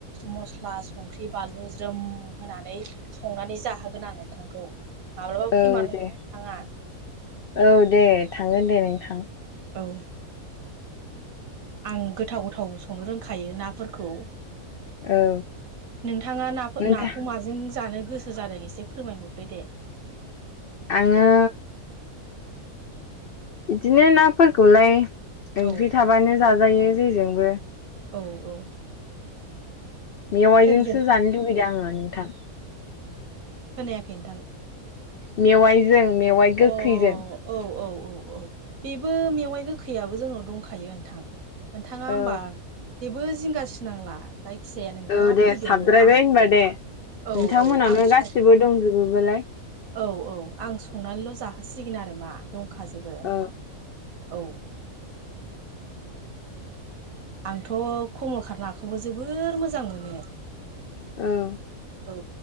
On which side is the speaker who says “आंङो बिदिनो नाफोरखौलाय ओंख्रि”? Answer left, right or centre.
Left